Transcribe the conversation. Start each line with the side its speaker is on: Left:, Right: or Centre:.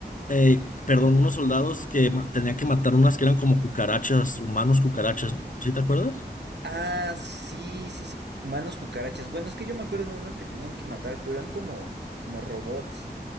Left: eh, perdón, unos soldados que ma- tenían que matar unas que eran como cucarachas, humanos cucarachas, ¿sí te acuerdas?
Right: Ah, sí, sí, sí. Humanos cucarachas. Bueno, es que yo me acuerdo de uno que tenían que matar, pero eran como, como robots.